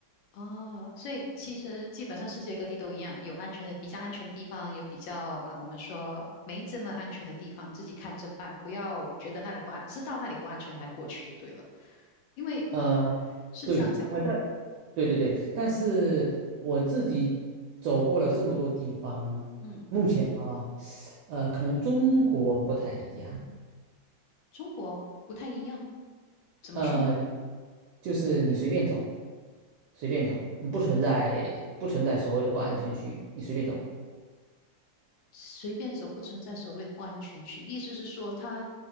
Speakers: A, on the left; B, on the right.
A: 哦，所以其实基本上世界各地都一样，有安全的，比较安全的地方，有比较啊、我们说没这么安全的地方，自己看着办，不要觉得那里不安，知道那里不安全的还过去就对了，因为
B: 嗯，
A: 是这样讲嘛。
B: 对，呃，但对对对，但是我自己走过了这么多地方，
A: 嗯，
B: 目前啊，呃，可能中国不太一样。
A: 中国不太一样，怎么说呢？
B: 呃，就是你随便走，随便走，不存在不存在所谓的不安全区，你随便走。
A: 随便走不存在所谓的不安全区，意思是说他